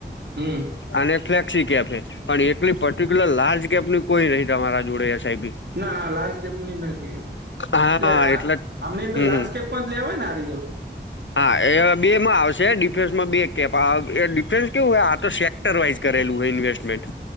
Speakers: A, on the right (about 70°); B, on the left (about 85°).
A: હમ્મ.
B: અને ફ્લેક્સી કેપ હે પણ એકટલી પર્ટિક્યુલર લાર્જ કેપની કોઈ નહી તમારા જોડે એસ. આઈ. પી.
A: ના લાર્જ કેપની નથી એટલે
B: હા
A: આ
B: એટલે
A: આમની અંદર
B: હમ
A: લાલજ
B: હમ
A: કેપમાં જ લેવાય ને આરી તો.
B: હા એ બે માં આવશે ડિફેન્સ માં બે કેપ આ એ આવે. તે કેવું હોય આ તો સેક્ટરવાઈઝ કરેલું હોય ઇન્વેસ્ટમેન્ટ